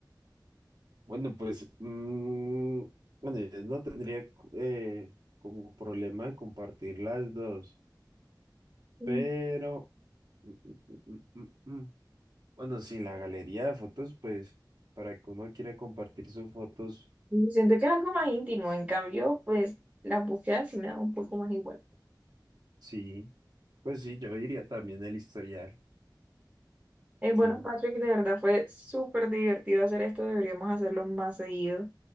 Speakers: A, on the right; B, on the right.
A: Bueno, pues, mm, bueno, yo no tendría eh, como problema compartir las dos,
B: <laughs>
A: pero, mm, mm, mm, mm, mm. bueno, sí, la galería de fotos, pues, para que uno quiera compartir sus fotos,
B: Mm, Siento que es algo más íntimo, en cambio, pues las búsquedas sí me dan un poco más igual.
A: sí, pues sí, yo diría también el historial,
B: Eh, bueno,
A: sí.
B: Patrick, de verdad fue súper divertido hacer esto. Deberíamos hacerlo más seguido.